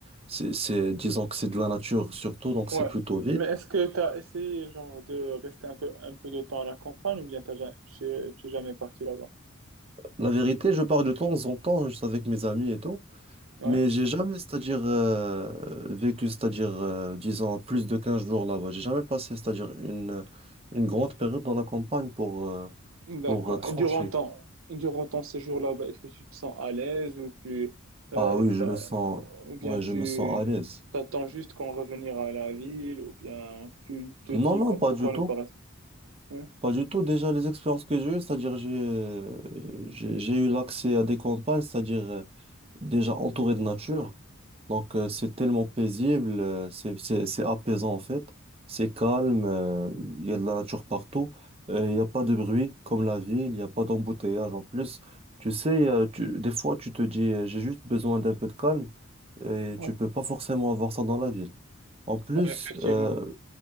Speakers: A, on the right; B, on the right.
A: c'est, c'est- disons que c'est de la nature surtout, donc
B: Ouais.
A: c'est plutôt vide.
B: Mais est-ce que tu as essayé genre de rester un peu un peu de temps à la campagne ou bien t'as ja- tu es, tu es jamais parti là-bas?
A: La vérité, je pars de temps en temps juste avec mes amis et tout.
B: Ouais.
A: Mais j'ai jamais, c'est-à-dire, euh, vécu, c'est-à-dire, euh, disons, plus de 15 jours là-bas. J'ai jamais passé, c'est-à-dire, une, une grande période dans la campagne pour, euh,
B: D'accord.
A: pour euh, trancher.
B: Et durant ton durant ton séjour là-bas, est-ce que tu te sens à l'aise ou tu euh,
A: Ah oui, je
B: t'as-
A: me sens,
B: ou bien
A: ouais,
B: tu
A: je me sens à l'aise.
B: t'attends juste qu'on revenir à la ville ou bien tu te
A: Non,
B: dis
A: non,
B: qu'on-
A: pas
B: pourquoi
A: du tout.
B: ne pas rester? Ouais.
A: Pas du tout. Déjà, les expériences que j'ai eues, c'est-à-dire, j'ai, euh, j'ai, j'ai eu l'accès à des campagnes, c'est-à-dire, euh, déjà entouré de nature. Donc, euh, c'est tellement paisible, euh, c'est, c'est, c'est apaisant en fait. C'est calme, euh, il y a de la nature partout. euh, Il n'y a pas de bruit comme la ville, il n'y a pas d'embouteillage en plus. Tu sais, euh, tu- des fois, tu te dis, euh, j'ai juste besoin d'un peu de calme et
B: Ouais,
A: tu peux pas forcément avoir ça dans la ville. En plus,
B: Ouais, effectivement.
A: euh,